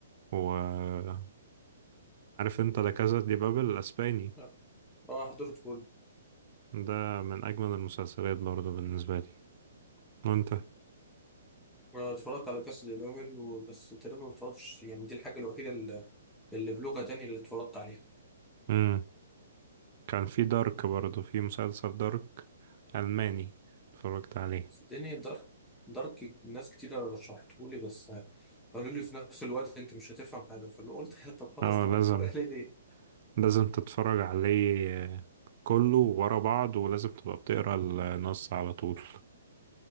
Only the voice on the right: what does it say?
وعارف انت لا كازا دي بابل الاسباني
ده من اجمل المسلسلات برضو بالنسبة لي وانت
مم. كان في دارك برضو في مسلسل دارك الماني اتفرجت عليه
اه
لازم
لازم تتفرج عليه كله ورا بعض ولازم تبقى بتقرا النص على طول